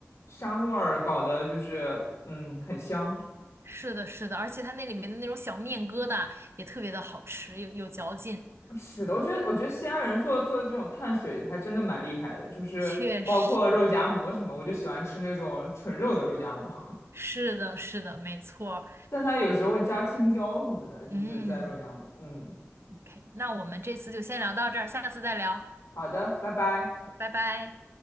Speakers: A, on the left; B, on the right.
A: 膻味儿搞得就是嗯很香。
B: 是的，是的，而且它那里面的那种小面疙瘩也特别的好吃，有有嚼劲，
A: 是的，我觉得我觉得西安人做做这种碳水还真的蛮厉害的，就是包括肉夹馍什么，
B: 确实。
A: 我就喜欢吃那种纯肉的肉夹馍，
B: 是的，是的，没错。
A: <laughs> 但它有时候会加青椒什么的，就是在肉夹馍。
B: 嗯
A: 嗯，
B: ，OK，那我们这次就先聊到这儿，下次再聊，
A: 好的，拜拜。
B: 拜拜。